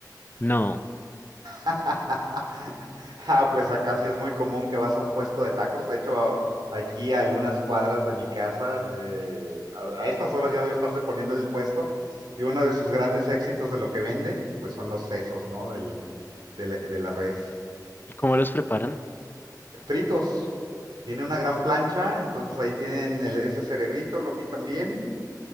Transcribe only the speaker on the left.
No.
¿Y cómo los preparan?